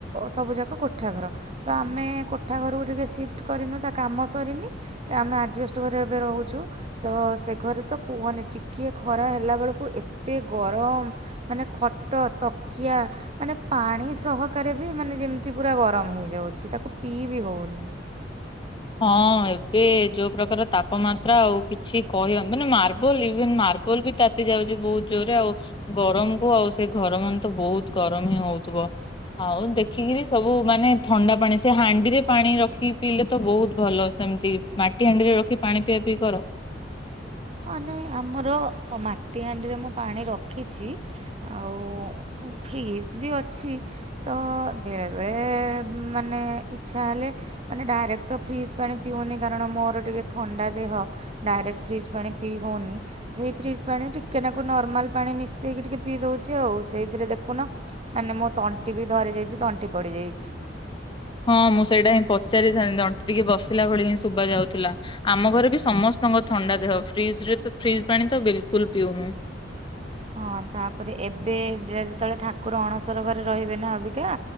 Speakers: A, on the right (about 35°); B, on the left (about 25°).
A: ସବୁ ଯାକ କୋଠାଘର। ତ ଆମେ କୋଠା ଘରକୁ ଟିକେ ସିଫ୍ଟ କରିନୁ ତାକାମ ସରିନି କି ଆମେ ଆଜେବଷ୍ଟେ ଘରେ ଏବେ ରହୁଚୁ ତସେଘରେ ତ କୁହନି ଟିକିଏ ଖରା ହେଲା ବେଳକୁ ଏତେ ଗରମ ମାନେ ଖଟ ତକିଆ ମାନେ ପାଣି ସହକାରେବି ମାନେ ଯେମିତି ପୁରା ଗରମ ହେଇଯାଉଛି ତାକୁ ପିଇବିି ହେଉନି।
B: ହଁ ଏବେ ଯୋଉ ପ୍ରକାର ତାପମାତ୍ରା ଆଉ କିଛି କହି ମାନେ ମାର୍ବଲ ଇଭେନ ମାର୍ବଲବି ତାତି ଯାଉଚି ବହୁତ୍ ଜୋରେ ଆଉ ଗରମକୁ ଆଉ ସେ ଘର ମାନେତ ବହୁତ୍ ଗରମହିଁ ହଉଥିବ। ହଉ ଦେଖିକିରି ସବୁ ମାନେ ଥଣ୍ଡା ପାଣି ସେ ହାଣ୍ଡିରେ ପାଣି ରଖିକି ପିଇଲେ ତ ବହୁତ ଭଲ ସେମିତି ମାଟି ହାଣ୍ଡିରେ ରଖି ପାଣି ପିଆ ପିଇ କର।
A: ହଁ ନାଇଁ ଆମର ମାଟି ହାଣ୍ଡିରେ ମୁଁ ପାଣି ରଖିଚି ଆଉ ଫ୍ରିଜବି ଅଛି। ତ ବେଳେବେଳେ ମାନେ ଇଚ୍ଛା ହେଲେ ମାନେ ଡାଇରେକ୍ଟତ ଫ୍ରିଜ୍ ପାଣି ପିଉନି କାରଣ ମୋର ଟିକେ ଥଣ୍ଡା ଦେହ ଡାଇରେକ୍ଟ ଫ୍ରିଜ୍ ପାଣି ପିଇ ହଉନି। ସେଇ ଫ୍ରିଜ୍ ପାଣି ଟିକେ ନାକୁ ନର୍ମାଲ ପାଣି ମିଶେଇକି ଟିକେ ପିଇ ଦଉଚି ଆଉ ସେଇଥିରେ ଦେଖୁନ ମାନେମୋ ତଣ୍ଟିବି ଧରି ଯାଇଚି ତଣ୍ଟି ପଡ଼ିଯାଇଛି।
B: ହଁ ମୁଁ ସେଇଟାହିଁ ପଚାରିଥାନ୍ତି ତଣ୍ଟି ଟିକେ ବସିଲା ଭଳିହିଁ ଶୁଭ ଯାଉଥିଲା। ଆମ ଘରେବି ସମସ୍ତଙ୍କ ଥଣ୍ଡା ଦେହ ଫ୍ରିଜରେ ତ ଫ୍ରିଜ୍ ପାଣିତ ବିଲକୁଲ୍ ପିଉନୁ।
A: ହଁ ତାପରେ ଏବେ ଯେତେବେଳେ ଠାକୁର ଅଣସର ଘରେ ରହିବେନା ଅବିକା